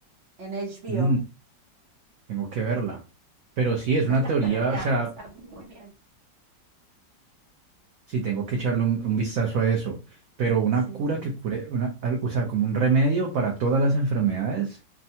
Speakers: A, on the right; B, on the right.
A: en HBO.
B: mm, tengo que verla. Pero sí, es
A: Vela,
B: una teoría,
A: pero ya
B: o sea,
A: está muy bien.
B: sí tengo que echarle un, un vistazo a eso. Pero una
A: Sí.
B: cura que cure, una, al- o sea, como un remedio para todas las enfermedades.